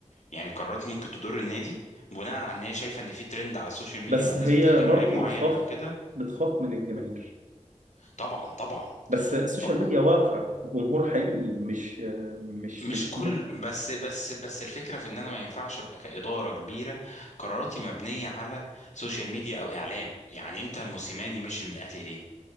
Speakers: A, on the left (about 70°); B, on the right (about 85°).
A: يعني قرارات ممكن تضر النادي بناء على ان هي شايفه ان في ترند على السوشيال ميديا
B: بس
A: او الناس
B: هي
A: بتهاجم
B: برضه
A: لعيب معين
B: بتخاف
A: او كده
B: بتخاف من الجماهير
A: طبعا طبعا
B: بس السوشيال
A: طبعا
B: ميديا واقع جمهور حقيقي مش مش مش
A: مش كل بس بس بس الفكره في ان انا ما ينفعش ابقى كاداره كبيره قراراتي مبنيه على سوشيال ميديا او اعلام يعني انت موسيماني مشي من الاهلي ليه